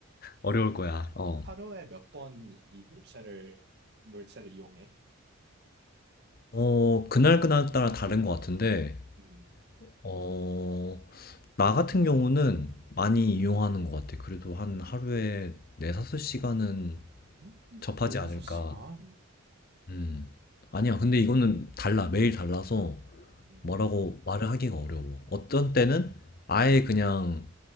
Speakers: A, on the left; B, on the right.
A: 어려울 거야. 어.
B: 하루에 몇 번 이 물체를, 물체를 이용해?
A: 어, 그날그날 따라 다른 것 같은데
B: 음,
A: 어, 나 같은 경우는 많이 이용하는 것 같아. 그래도 한 하루에 4, 5시간은
B: 음,
A: 접하지
B: 네다섯
A: 않을까.
B: 시간?
A: 아, 음. 아니야. 근데 이거는 달라. 매일 달라서
B: 음,
A: 뭐라고 말을 하기가 어려워. 어떤 때는 아예 그냥